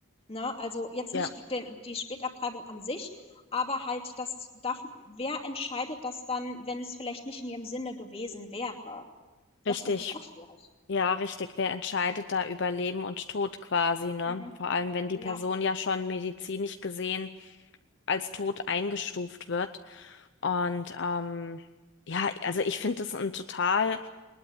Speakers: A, on the left; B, on the left.
A: Ne? Also jetzt
B: Ja,
A: nicht die, den, die Spätabtreibung an sich, aber halt das darf, wer entscheidet das dann, wenn es vielleicht nicht in ihrem Sinne gewesen wäre? Das
B: richtig.
A: finde ich auch schwierig.
B: Ja, richtig. Wer entscheidet da über Leben und Tod quasi, ne?
A: Mhm.
B: Vor allem, wenn die
A: Ja.
B: Person ja schon medizinisch gesehen als tot eingestuft wird. Und ähm, ja, also ich finde das ein total,